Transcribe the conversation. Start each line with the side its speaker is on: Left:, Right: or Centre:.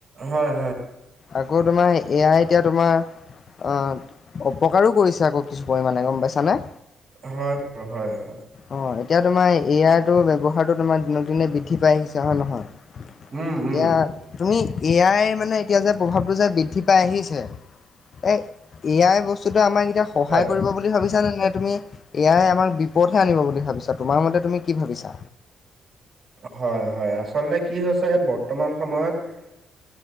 Right: হয় হয়।
Left: আকৌ তোমাৰ এ আই এতিয়া তোমাৰ। অ, অপকাৰো কৰিছে আকৌ কিছু পৰিমাণে গম পাইছানে।
Right: হয় হয় হয়।
Left: অ এতিয়া তোমাৰ এ আইৰটো ব্যৱহাৰটো তোমাৰ, দিনক দিনে বৃদ্ধি পাই আহিছে হয় নহয়।
Right: উম
Left: এতিয়া
Right: উম
Left: তুমি এ আই মানে এতিয়া যে প্ৰভাৱটো যে বৃদ্ধি পাই আহিছে। এ এ আই বস্তুটোৱে আমাক এতিয়া সহায়
Right: হয়
Left: কৰিব বুলি ভাবিছ। -ছানে নে তুমি এ আই আমাক বিপদহে আনিব বুলি ভাবিছা, তোমাৰ মতে তুমি কি ভাবিছা?
Right: হয় হয়, আচলতে কি হৈছে বৰ্তমান সময়ত।